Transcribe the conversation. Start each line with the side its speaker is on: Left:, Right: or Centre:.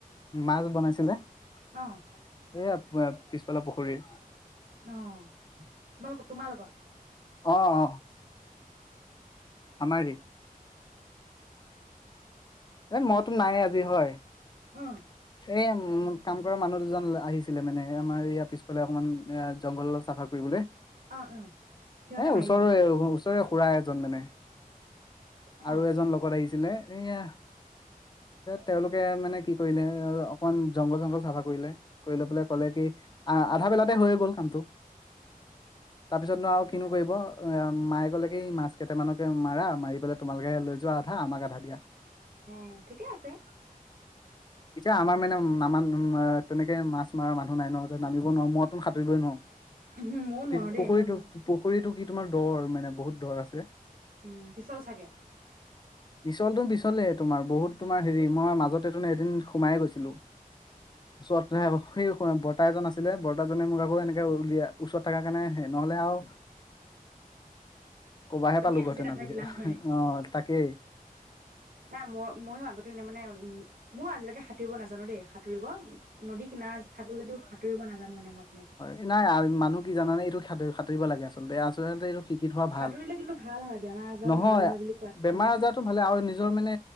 Left: মাছ বনাইছিলে। এয়াত।
Right: অ
Left: পিছফালে পুখুৰীৰ
Right: অঁ। তোমালোক' তোমালোকৰ
Left: অ', অ'। আমাৰে এ মইতো নাই আজি হয়!
Right: অ
Left: এ উম কামকৰা মানুহ দুজ জন আহিছিলে মানে আমাৰ ইয়াৰ পিছফালে অকমান এ-জংঘল অলপ চাফা কৰিবলৈ।
Right: অ অ সিহঁতে
Left: এ
Right: মাৰিলে
Left: ওচৰৰে
Right: মানে
Left: আৰু, ওচৰৰে খুৰা এজন মানে।
Right: অ
Left: আৰু
Right: অ
Left: এজন লগত আহিছে। ছিলে এয়াহ তেওঁলোকে মানে কি কৰিলে আৰু অকনমান জংঘল-চংঘল চাফা কৰিলে। কৰিলৈ পেলাই ক'লে কি! আ-আধাবেলাতে হয়ে গ'ল কামটো। তাৰপিছত নো আৰু কি কিনো কৰিব, মায়ে ক'লে কি মাছ কেইটামানকে মাৰা, মাৰি পেলাই তোমালোকে লৈ যোৱা আধা আমাক আধা দিয়া।
Right: অ' ঠিকে আছে।
Left: এতিয়া আমাৰ মানে নামান তেনেকে মাছমৰা মানুহ নাই নহ, এতিয়া নামিব নোৱাৰো মই টোন সাঁতুৰিবই নোৱাৰো।
Right: উহু ময়ো নোৱাৰো
Left: পিছ
Right: দেই
Left: পুখুৰীটো
Right: মই নোৱাৰো
Left: পুখুৰীটো কি তোমাৰ দৰ মানে বহুত দৰ আছে।
Right: উম পিছল চাগে?
Left: বিছলটোম বিছ তোমাৰ বহুত তোমাৰ হেৰি, মই মাজতে তোন এদিন সোমায়ে গৈছিলো। <unintelligible> সেই বৰ্তা এজন আছিলে বৰ্তাজনে মোক আকৌ এনেকে উলিয়াই ওচৰত থকাৰ কাৰণ সে-নহ'লে আৰু ক'বাহে
Right: তুমি
Left: পালো ঘতেন
Right: নাথাকিলা
Left: আজি অ'।
Right: হয়
Left: তাকেই।
Right: নাই মই-ময়ো আগতে এনে মানে, মো আজিলৈকে হাত সাঁতুৰিব নাজানো দেই সাঁতুৰিব। নদীৰ কিনাৰত থাকো যদিও সাঁতুৰিব নাজানো মানে মই! তেনেকে
Left: হয়-নাই মানুহ কি জানানে এইটো <unintelligible> <unintelligible> আচলতে আচলণতে এইটো শিকি থোৱা ভাল।
Right: সাঁতুৰিলে কিন্তু ভাল হয় বেমাৰ আজাৰো
Left: নহয়,
Right: ভাল হয় বুলি কয়
Left: বেমাৰ-আজাৰতো
Right: জানো
Left: ভালে আৰু নিজৰ মানে